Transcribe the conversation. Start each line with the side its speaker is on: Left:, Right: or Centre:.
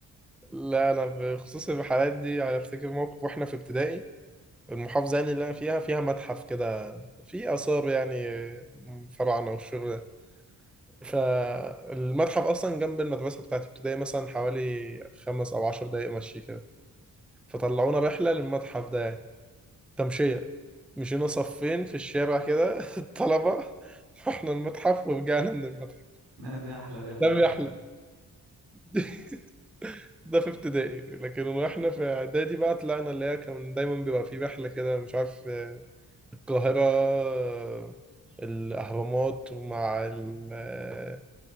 Centre: لا أنا بخصوص الرحلات دي أنا أفتكر موقف وإحنا في ابتدائي المحافظة يعني اللي أنا فيها فيها متحف كده فيه آثار يعني فراعنة والشغل فالمتحف اصلا جنب المدرسه بتاعت ابتدائي مثلا حوالي خمس او عشر دقايق مشي كده فطلعونا رحله للمتحف ده يعني تمشيه مشينا صفين في الشارع كده <laughs> الطلبه رحنا المتحف ورجعنا من المتحف
Right: لا <laughs> دي أحلى رحلة
Centre: ده الرحله
Right: يا عم.
Centre: <laughs> ده في ابتدائي لكن واحنا في اعدادي بقى طلعنا اللي هي كان دايما بيبقى في رحله كده مش عارف آه، القاهره آه، الاهرامات ومع ال- آه،